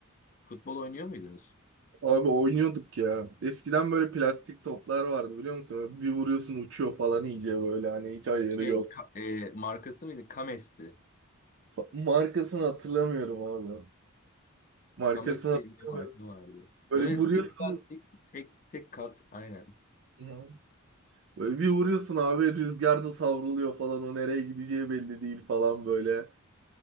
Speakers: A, on the left; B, on the right.
A: Futbol oynuyor muydunuz?
B: Abi oynuyorduk ya. Eskiden böyle plastik toplar vardı biliyor musun? Böyle bir vuruyorsun uçuyor falan iyice böyle hani hiç ayarı
A: Şey
B: yok.
A: ka- e, markası mıydı? Kames'ti.
B: Fa- Markasını hatırlamıyorum abi. Markasını
A: Kames
B: hatırlamıyorum.
A: diye bir marka vardı.
B: Böyle
A: Böyle
B: vuruyorsun.
A: bir plastik tek tek kat aynen.
B: Hı. Böyle bir vuruyorsun abi rüzgarda savruluyor falan o nereye gideceği belli değil falan böyle.